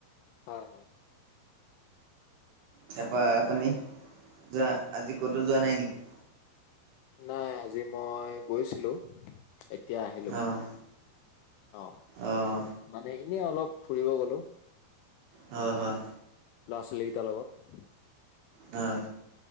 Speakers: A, on the left; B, on the right.
A: হয় হয়।
B: তাৰপৰা আপুনি যোৱা আজি ক'তো যোৱা নাই নেকি?
A: নাই আজি মই গৈছিলো। এক এতিয়া আহিলো
B: অঁ
A: অ'
B: অঁ
A: মানে এনে অলপ ফুৰিব গলো।
B: হয় হয়।
A: ল'ৰা ছোৱালীকেইটাৰ লগত।
B: হয়।